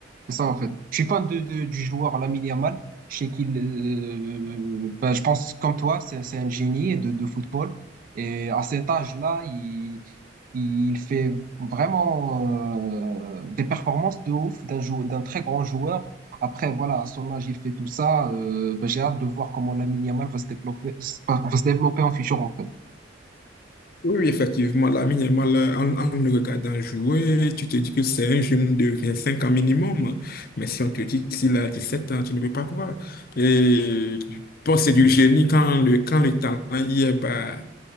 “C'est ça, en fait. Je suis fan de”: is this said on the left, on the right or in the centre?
Right